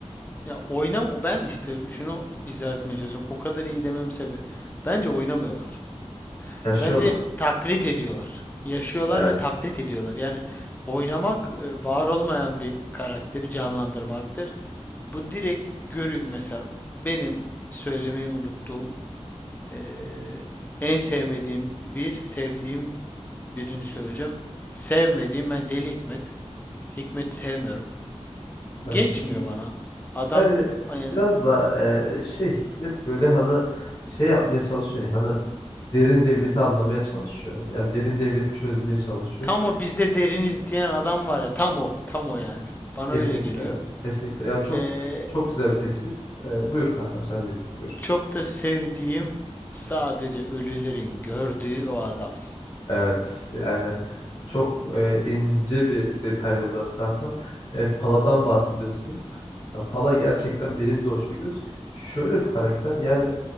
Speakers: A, on the left; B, on the left.
A: ya oynam o ben işte şunu izah etmeye çalışıyorum. O kadar iyi dememin sebebi bence oynamıyorlar.
B: Yaşıyorlar.
A: Bence taklit ediyorlar. Yaşıyorlar
B: Evet.
A: ve taklit ediyorlar. Yani oynamak e, var olmayan bir karakteri canlandırmaktır. Bu direkt görü mesela benim söylemeyi unuttuğum eee, en sevmediğim bir sevdiğim birini söyleyeceğim. Sevmediğim ben Deli Hikmet. Hikmet sevmiyorum.
B: Evet.
A: Geçmiyor bana. Adam
B: Yani
A: yani
B: biraz da e, şey Hikmet böyle hani şey yapmaya çalışıyor. ya, Hani derin devleti anlamaya çalışıyor. Yani derin devleti çözmeye çalışıyor.
A: tam o bizde deriniz diyen adam var ya tam o tam o yani. Bana
B: Kesinlikle.
A: öyle geliyor.
B: Kesinlikle. Yani çok
A: Eee,
B: çok güzel bir tespit. Ee, buyur kankam sendeyiz. Buyur.
A: çok da sevdiğim sadece ölülerin gördüğü o adam.
B: Evet. Yani çok e, ince bir detaydı burası kankam. E, Pala'dan bahsediyorsun. Ya, Pala gerçekten benim de hoşuma gidiyor. Şöyle bir karakter. Yani